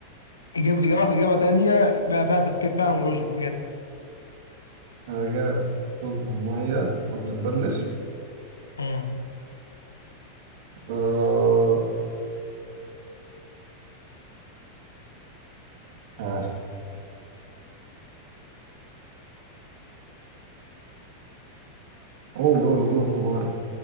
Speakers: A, on the left; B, on the right.
A: إجابة إجابة إجابة تانية بقى فيها تفكير فعلا ولوجيك بجد
B: حاجة بتدخل المية ما بتتبلش
A: مم.
B: آه، عارف قول قول قول بحمار